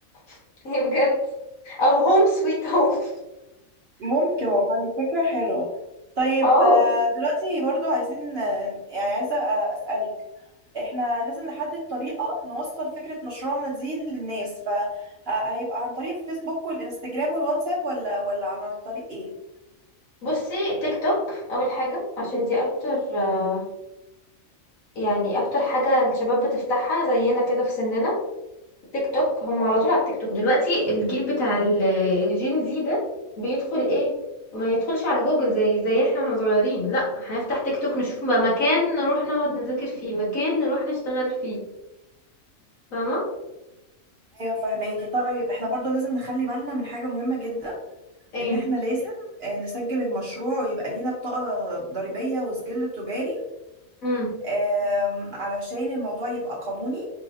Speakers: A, on the left; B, on the right.
A: <laughs> يعني بجد او هوم سويت هوم <laughs>
B: ممكن والله فكرة حلوة طيب
A: اه
B: آه، دلوقتي برضو عايزين آه، يعني عايزة آه، أسألك احنا لازم نحدد طريقة نوصل فكرة مشروعنا دي للناس فهيبقى عن طريق الفيسبوك والإنستجرام والواتساب ولا ولا عن طريق ايه؟
A: بصي تيك توك اول حاجه عشان دي اكتر آه، يعني اكتر حاجه الشباب بتفتحها زينا كده في سننا تيك توك هم على طول على التيك توك دلوقتي الجيل بتاع ال- الجين زي ده بيدخل ايه ما يدخلش على جوجل زي زي احنا واحنا صغيرين لا هنفتح تيك توك نشوف بقى مكان نروح نقعد نذاكر فيه مكان نروح نشتغل فيه فاهمة
B: ايوه فهماكي طيب احنا برضو لازم نخلي بالنا من حاجة مهمة جدا
A: ايه
B: ان احنا لازم آه، نسجل المشروع ويبقى لينا بطاقة ضريبية وسجل تجاري
A: امم
B: آم، علشان الموضوع يبقى قانوني